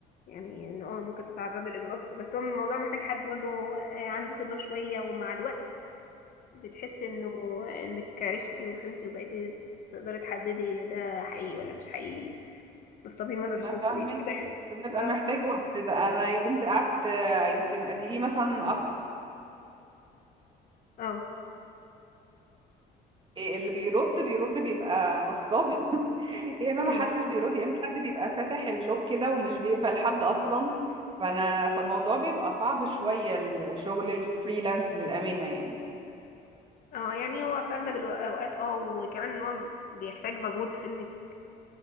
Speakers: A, on the left; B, on the right.
A: يعني ان اه ممكن تتعرضي للنصب بس هو الموضوع محتاج حد برضه هو، آه، عنده خبرة شوية ومع الوقت بتحسي انه آه، انك عرفتي وفهمتي وبقيتي تقدري تحددي ده حقيقي ولا مش حقيقي نصابين ولا
B: انا
A: مش
B: فاهمك
A: نصابين كده يعني
B: بس ده بيبقى
A: اه
B: محتاج وقت ده انا يا بنتي قعدت آه، يمكن اديلي مثلا أك-
A: اه
B: اللي بيرد بيرد بيبقى نصاب <laughs> يا اما
A: أمم.
B: ما حدش بيرد يا اما حد بيبقى فاتح الجوب كده ومش بيقبل حد اصلا فانا فالموضوع بيبقى صعب شوية الشغل الفريلانس للأمانة يعني
A: اه يعني هو في اغلب الوقت- الاوقات اه وكمان ان هو بيحتاج مجهود في انك